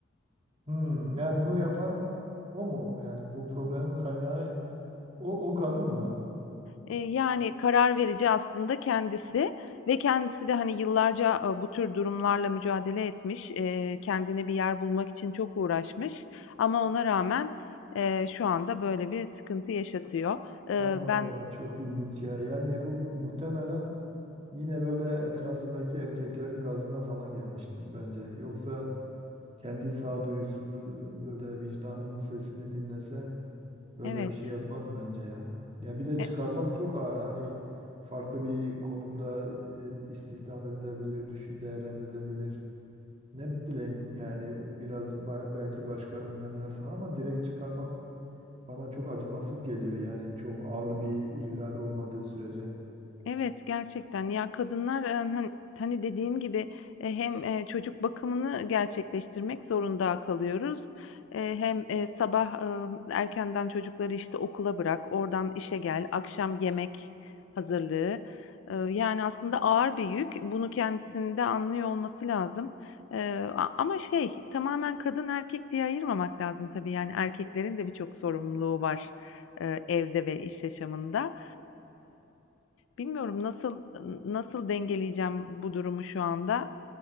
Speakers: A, on the right (about 35°); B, on the left (about 85°).
A: Hmm, yani bunu yapan o mu? Yani bu problemin kaynağı o, o kadın mı?
B: Eee, yani karar verici aslında kendisi ve kendisi de, hani, yıllarca, eee, bu tür durumlarla mücadele etmiş, eee, kendine bir yer bulmak için çok uğraşmış ama ona rağmen, eee, şu anda böyle bir sıkıntı yaşatıyor. Eee,
A: Allah
B: ben
A: Allah çok ilginç ya. Yani bu muhtemelen yine böyle etrafındaki erkeklerin gazına falan gelmiştir bence. Yoksa kendi sağduyusunu böyle vicdanının sesini dinlese Böyle
B: Evet.
A: bir şey yapmaz bence ya. Ya bir de
B: E
A: çıkarmak çok ağır. Hani farklı bir konumda e, istihdam edilebilir, düşün, değerlendirilebilir. Ne bileyim yani biraz ba- belki başka önlemler falan ama direkt çıkarmak bana çok acımasız geliyor. Yani çok ağır bir ihlal olmadığı sürece.
B: Evet gerçekten ya kadınlar e, hani, hani dediğin gibi e, hem e, çocuk bakımını gerçekleştirmek zorunda kalıyoruz. E, hem e, sabah e, erkenden çocukları işte okula bırak, oradan işe gel, akşam yemek hazırlığı. E, yani aslında ağır bir yük. Bunu kendisinde anlıyor olması lazım. E, a- ama şey tamamen kadın erkek diye ayırmamak lazım tabii. Yani erkeklerin de birçok sorumluluğu var e, evde ve iş yaşamında. Bilmiyorum nasıl nasıl dengeleyeceğim bu durumu şu anda.